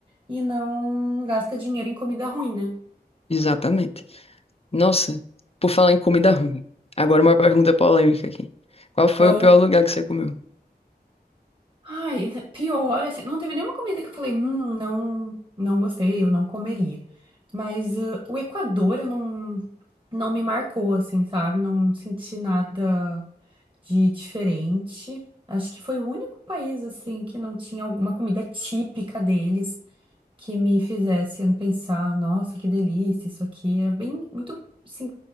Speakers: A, on the right; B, on the left.
A: e não gasta dinheiro em comida ruim, né?
B: Exatamente. Nossa, por falar em comida ruim. Agora uma pergunta polêmica aqui. Qual foi
A: Hã?
B: o pior lugar que você comeu?
A: Ai, é pior, assim, não teve nenhuma comida que eu falei, hum, não, não gostei, eu não comeria. Mas ah, o Equador, eu não, não me marcou, assim, sabe? Não senti nada de diferente. Acho que foi o único país, assim, que não tinha alguma comida típica deles que me fizesse pensar, nossa, que delícia, isso aqui. Era bem, muito, assim,